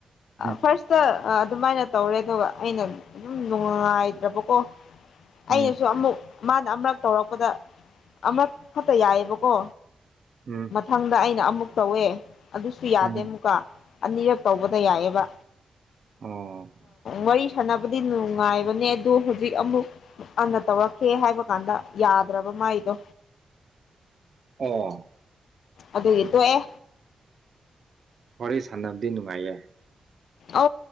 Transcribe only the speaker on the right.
ꯎꯝ
ꯎꯝ
ꯎꯝ
ꯎꯝ
ꯑꯣ
ꯑꯣ
ꯋꯥꯔꯤ ꯁꯥꯟꯅꯕꯗꯤ ꯅꯨꯡꯉꯥꯏꯌꯦ